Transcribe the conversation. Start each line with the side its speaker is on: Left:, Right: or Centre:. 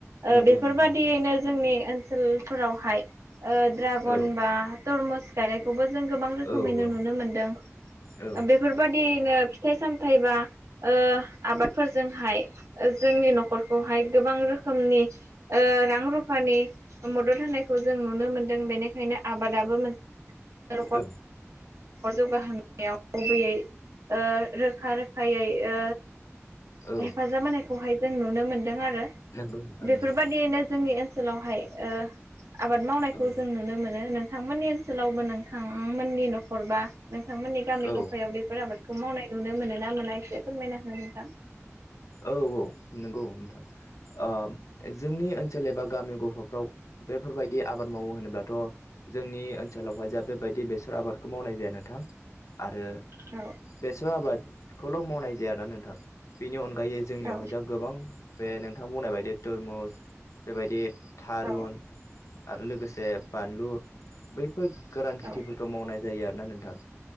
Right: ओ-बेफोरबायादियैनो
Left: नंगौ नंगौ नोंथां
Right: जोंनि सोल फोरावहाय ओ-ड्रागन
Left: औ
Right: बा तरमुस गायनायखौबो। जों गोबां रोखोमैनो
Left: औ औ
Right: नुनो मोनदों
Left: औ
Right: बेफोरबायादिनो। फिथाइ सामथायाइ बा ओ-आबादफोरजोंहाय। ओ-जोंनि नखरखौहाय गोबां रोखोमनि ओ-रां रुफानि मदद होनायखौ जों नुनो मोनदों बेनिखायनो आबादाबो मोन <unintelligible>
Left: औ
Right: जौगाहोनायाव गुबैयै ओ-रोखा रोखायै ओ
Left: औ
Right: हेफाजाब होनायखौहाय जों नुनो मोनदों आरो
Left: नंगौ नोंथां
Right: बेफोरबायदियैनो
Left: नंगौ
Right: जोंनि ओन ओनसोलावहाय ओ-आबाद मावनायखौ
Left: औ
Right: जों नुनो मोनो नो। नोंथांमोननि ओनसोलावबो नोंथांमोननि नखर बा नोंथांमोननि गामि
Left: औ
Right: गफायाव बेफोर आबादखौ। खौ मावनाय नुनो मोनो ना मोना एसे फोरमायना हो नोंथां?
Left: औ औ नंगौ नोंथां ओब-जोंनि ओनसोल एबा गामि गफाफ्राव बेफोरबायदि आबाद मावो होनोब्लाथ जोंनि ओनसोलावहाय जा बेबायदि बेसर आबादखौ मावनाय जाया नोंथां। थां आरो
Right: औ
Left: बेसर आबादखौल मावनाय जायाना नोंथां बेनि अन ओंखायै जोंनियावहाय
Right: औ
Left: जा गोबां बे नोंथां बुंनाय बायदि तरमुस बेबायदि। थारुन
Right: औ
Left: आरो लोगोसे बानलु बैफोर गोरान खेथिफोरखौ
Right: औ
Left: मावनाय। जायो आरोना नोंथां